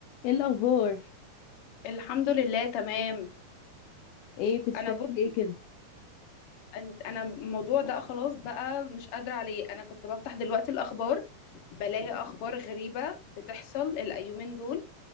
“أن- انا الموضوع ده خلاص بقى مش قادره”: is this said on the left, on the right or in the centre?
Left